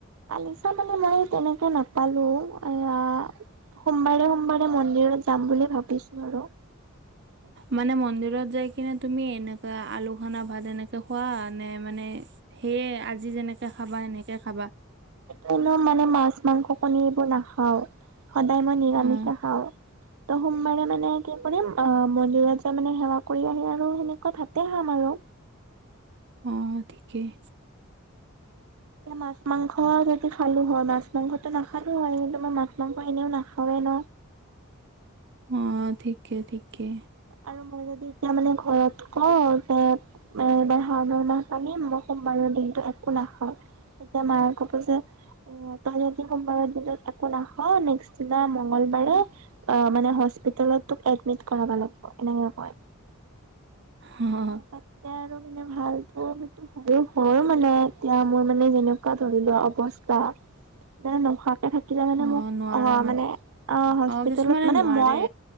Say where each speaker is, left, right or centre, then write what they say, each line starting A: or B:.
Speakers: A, on the right (about 80°); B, on the right (about 50°).
A: পালিছা মানে মই তেনেকে নাপালো। এইয়া সোমবাৰে সোমবাৰে মন্দিৰত যাম বুলি ভাবিছো আৰু। হয়।
B: মানে মন্দিৰত যাই কিনে তুমি এনেকুৱা আলু সনা ভাত এনেকে খোৱা নে, মানে সেয়ে আজি যেনেকে খাবা সেনেকে খাবা?
A: কোনো মানে মাছ মাংস কণী এইবোৰ নাখাওঁ, সদায় মই নিৰামিষে
B: অ',
A: খাওঁ। ত' সোমবাৰে মানে কি কৰিম অ' মন্দিৰত যে মানে সেৱা কৰি আহি আৰু সেনেকুৱা ভাতে খাম আৰু।
B: অ' ঠিকেই।
A: এতিয়া মাছ মাংস যদি খালোঁ হয়, মাছ মাংসটো নাখালোঁ হয়, কিন্তু মই মাছ মাংস এনেও নাখাওঁয়ে ন।
B: অ' ঠিকে ঠিকে।
A: আৰু মই যদি এতিয়া মানে ঘৰত কওঁ, যে এ এইবাৰ শাওঁণ মাহ পালিম মই সোমবাৰৰ দিনতটো একো নাখাওঁ। তেতিয়া মায়ে ক'ব যে অ' তই যদি সোমবাৰৰ দিনত একো নাখাৱ, নেক্স দিনা মংগলবাৰে অ' মানে হস্পিতেল তোক এডমিট কৰাব লাগিব এনেকে কয়।
B: অ',
A: তাতকে আৰু মানে ভাল প্ৰম সেইটো আৰু হয় মানে এতিয়া মোৰ মানে যেনেকুৱা ধৰি লোৱা অৱস্থা। মানে নোখোৱাকে থাকিলে মানে
B: অ'
A: মোক
B: নোৱাৰা
A: অ' মানে অ' হস্পিতেলত
B: কিছুমানে
A: মানে
B: নোৱাৰে
A: মই